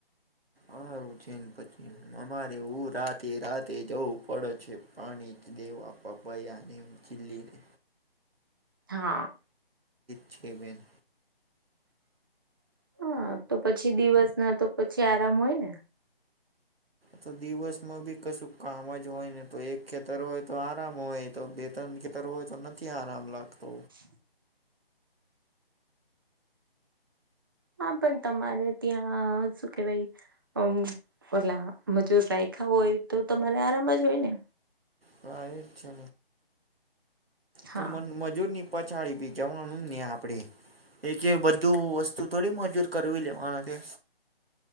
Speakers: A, on the right; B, on the right.
A: અમારું છેને, પછી અમારે હું રાતે રાતે જવું પડે છે. પાણી દવા પાપા યાને ચીિલ્ <unintelligible>
B: હા.
A: છ બેન.
B: હા, તો પછી દિવસ ના તો પછી આરામ હોય ને.
A: તો દિવસમાં બી કશું કામ જ હોય ને, તો એક ખેતર હોય તો, આરામ હોય તો, બે-તેર ખેતર હોય તો નથી, આરામ લાગતો.
B: હ. હા, પણ તમારે ત્યાં શું કેવાય? મ પલા મજૂર રાયખા હોય તો, તમારે આરામ જ હોય ને.
A: હા, એજ છે.
B: હા
A: તો મજૂરની પછાડી બી જવાનું ને, આપણેે. એક બધું વસ્તુ થોડી મજૂર કરવી લેવાના છે.